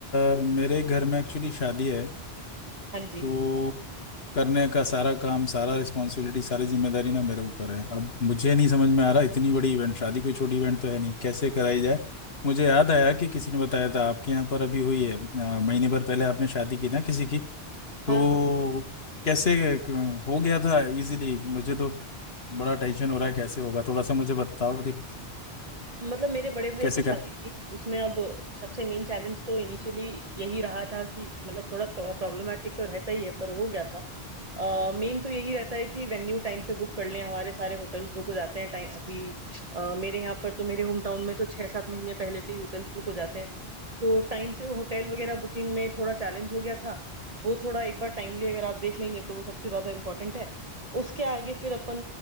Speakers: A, on the left; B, on the right.
A: अ, मेरे घर में एक्चुअली शादी है
B: हाँ जी।
A: तो करने का सारा काम सारा रिस्पॉन्सिबिलिटी सारी जिम्मेदारी ना मेरे ऊपर है अब मुझे नहीं समझ में आ रहा इतनी बड़ी इवेंट शादी कोई छोटी इवेंट तो है नहीं कैसे कराई जाए मुझे याद आया कि किसी ने बताया था आपके यहाँ पर अभी हुई है अ, महीने भर पहले आपने शादी की ना किसी की तो
B: हाँ, हाँ, हाँ।
A: कैसे क- हो गया था इजीली मुझे तो बड़ा टेंशन हो रहा है कैसे होगा थोड़ा सा मुझे बताओ कि
B: मतलब मेरे बड़े भाई
A: कैसे
B: की शादी
A: कर
B: थी उसमें अब सबसे मेन चैलेंज तो इनिशियली यही रहा था कि मतलब थोड़ा प्रॉब्लमेटिक तो रहता ही है पर हो गया था मेन तो यही रहता है कि वेन्यू टाइम पे बुक कर लें हमारे सारे होटल्स बुक हो जाते हैं टाइम अभी अ, मेरे यहाँ पर तो मेरे होम टाउन में तो छः सात महीने पहले से ही होटल्स बुक हो जाते हैं तो टाइम से होटल वगैरह बुकिंग में थोड़ा चैलेंज हो गया था वो थोड़ा एक बार टाइमली अगर आप देख लेंगे तो वो सबसे ज़्यादा इम्पोर्टेंट है उसके आगे फिर अपन